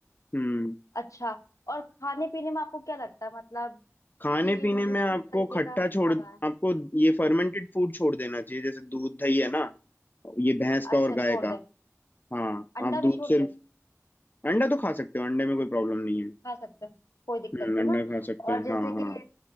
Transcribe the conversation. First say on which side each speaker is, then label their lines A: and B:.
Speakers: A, on the left; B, on the left.
A: हम्म
B: अच्छा और खाने पीने में आपको क्या लगता है मतलब
A: खाने
B: कि
A: पीने
B: मुझे
A: में
B: किस
A: आपको
B: तरीके
A: खट्टा
B: का खाना
A: छोड़
B: है
A: आपको ये फर्मेंटेड फूड छोड़ देना चाहिए जैसे दूध दही है ना ये भैंस का
B: अच्छा
A: और गाय
B: छोड़
A: का
B: दे
A: हाँ
B: अंडा
A: आप
B: भी
A: दूध
B: छोड़
A: सिर्फ
B: दे
A: अंडा तो खा सकते हो अंडे में कोई प्रॉब्लम नहीं है
B: खा सकते हैं कोई दिक्कत
A: हम्म
B: नहीं
A: अंडा
B: ना
A: खा सकते
B: और
A: हैं
B: जैसे
A: हाँ
B: कि
A: हाँ